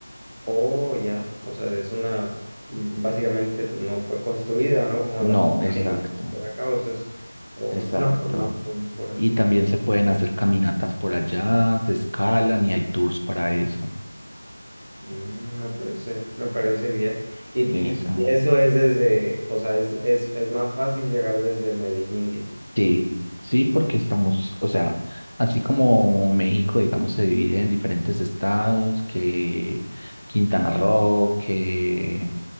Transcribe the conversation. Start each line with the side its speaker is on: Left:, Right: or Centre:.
Right: Oh, ya, o sea, es una, mm, básicamente, pues no fue construida, ¿no? Como las
Left: No, exacto,
Right: pirámides por acá, o sea, es, o
Left: exacto.
Right: es una formación, por así.
Left: Y también se pueden hacer caminatas por allá, se escalan y hay tours para eso.
Right: Mm, me parece, me parece bien. Y,
Left: Eso.
Right: y eso es desde, o sea, es, es, es más fácil llegar desde Medellín, dices,
Left: Sí, sí, porque estamos, o sea, así como México, digamos, se divide en diferentes estados, que Quintana Roo, que